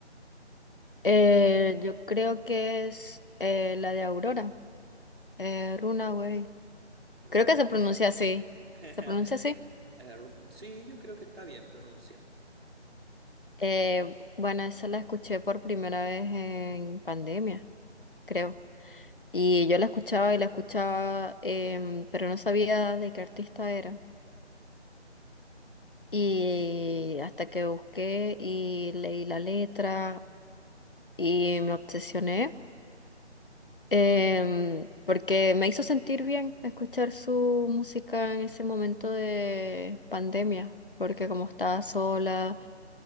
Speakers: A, on the left; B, on the right.
A: eh, yo creo que es eh, la de Aurora, eh, Runaway.
B: Runaway.
A: Creo que se pronuncia así.
B: <laughs>
A: ¿Se pronuncia así?
B: Eh, sí, yo creo que está bien pronunciado.
A: Eh, bueno, esa la escuché por primera vez en pandemia, creo. Y yo la escuchaba y la escuchaba, em, pero no sabía de qué artista era. Y hasta que busqué y leí la letra y me obsesioné. Em,
B: <laughs>
A: porque me hizo sentir bien escuchar su música en ese momento de pandemia, porque como estaba sola,